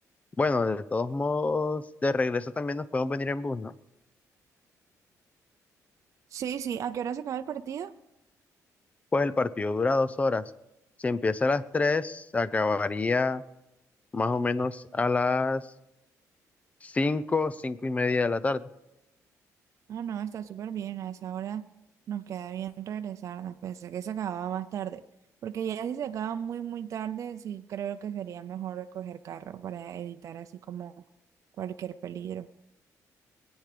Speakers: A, on the left; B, on the right.
A: bueno, de todos modos, de regreso también nos podemos venir en bus, ¿no?
B: Sí, sí. ¿A qué hora se acaba el partido?
A: Pues el partido dura dos horas. Si empieza a las tres, acabaría. más o menos a las cinco, cinco y media de la tarde.
B: No, no, está súper bien. A esa hora nos queda bien regresarnos. Pensé que se acababa más tarde. Porque ya si se acaba muy, muy tarde, sí creo que sería mejor coger carro para evitar así como cualquier peligro.